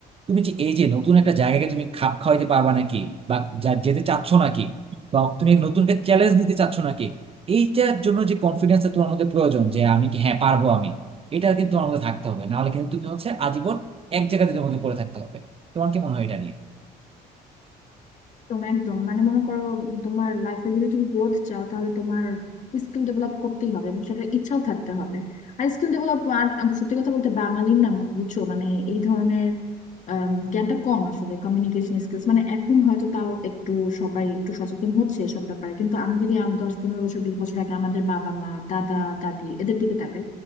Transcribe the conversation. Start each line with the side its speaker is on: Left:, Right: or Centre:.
Right: তুমি যে এই যে নতুন একটা জায়গাকে তুমি খাপ খাওয়াইতে পারবা নাকি বা যা- যেতে চাচ্ছ নাকি বা তুমি নতুন একটা চ্যালেঞ্জ নিতে চাচ্ছ নাকি এইটার জন্য যে কনফিডেন্সটা তোমার মধ্যে প্রয়োজন যে আমি কি হ্যাঁ পারবো আমি এটা কিন্তু তোমার মধ্যে থাকতে হবে নাহলে কিন্তু তুমি হচ্ছে আজীবন এক জায়গাতে তোমাকে পড়ে থাকতে হবে তোমার কি মনে হয় এটা নিয়ে
Left: একদম একদম মানে মনে করো তোমার লাইফে যদি তুমি গ্রোথ চাও তাহলে তোমার স্কিল ডেভেলপ করতেই হবে এবং সেটা ইচ্ছাও থাকতে হবে আর স্কিল ডেভেলপ আর আম, সত্যি কথা বলতে বাঙালির না আমার, বুঝছো মানে এই ধরনের আম, জ্ঞানটা কম আসলে কমিউনিকেশন স্কিলস মানে এখন হয়তো তাও একটু সবাই একটু সচেতন হচ্ছে এসব ব্যাপারে কিন্তু আমি যদি আম দশ পনেরো বছর বিশ বছর আগে আমাদের বাবা মা দাদা দাদি এদের দিকে তাকাই